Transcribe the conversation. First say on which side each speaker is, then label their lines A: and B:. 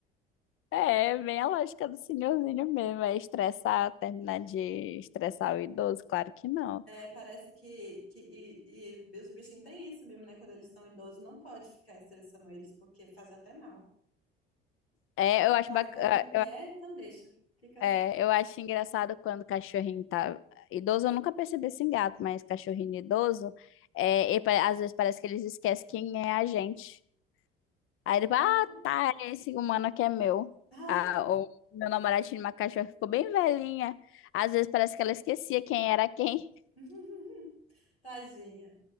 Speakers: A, on the left; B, on the left.
A: É, é bem a lógica do senhorzinho mesmo. É estressar, terminar de estressar o idoso? Claro que não.
B: É, parece que, que e, e os bichinhos têm isso mesmo, né? Quando eles são idosos, não pode ficar estressando eles, porque faz até mal.
A: É, eu acho
B: Ah,
A: bacana.
B: então ele não quer, então deixa. Fica assim.
A: É, eu acho engraçado quando o cachorrinho tá. Idoso, eu nunca percebi isso em gato, mas cachorrinho idoso, é, e pa- às vezes parece que eles esquecem quem é a gente. Aí ele fala,
B: Ah,
A: ah,
B: é?
A: tá, é esse humano aqui é meu.
B: Ah!
A: Ah, ou meu namorado tinha uma cachorra que ficou bem velhinha. Às vezes parece que ela esquecia quem era quem.
B: <laughs> Tadinha.